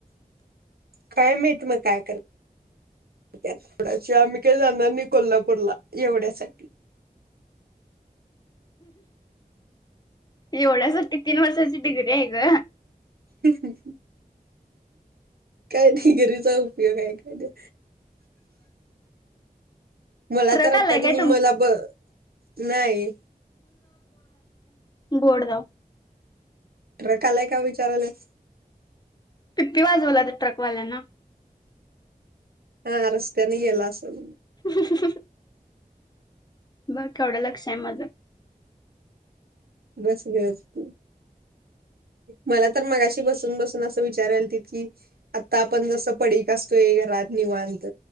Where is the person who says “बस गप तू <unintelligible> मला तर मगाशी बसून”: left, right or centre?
Right